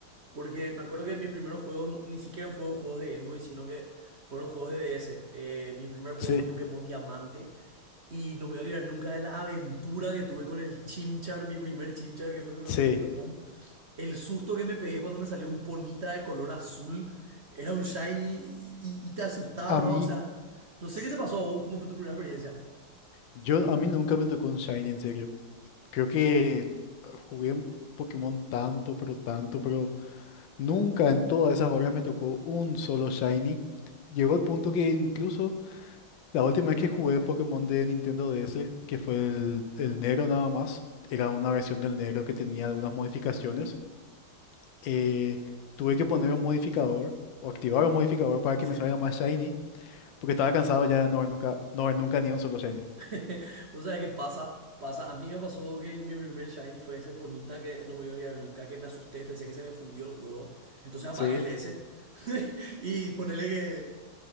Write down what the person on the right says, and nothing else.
Porque me acuerdo que mis primeros juegos no- ni siquiera fueron juegos de Game Boy, sino que fueron juegos de DS. Eh, mi primer juego
fue Pokémon Diamante. Y no me voy a olvidar nunca de la aventura que tuve con el Chimchar, mi primer Chimchar, que fue mi primer
Pokémon. El susto que me pegué cuando me salió un Ponita de color azul. Era un Shiny y, y te asustaba.
O sea, no sé
qué te pasó a vos, cómo fue tu primera experiencia.
Sí.
<laughs> O sea, ¿qué pasa? Pasa, a mí me pasó que mi primer Shiny fue ese Ponita que no me voy a olvidar nunca, que me asusté, pensé que se me fundió el juego, entonces apagué
el DS. <laughs> Y ponele que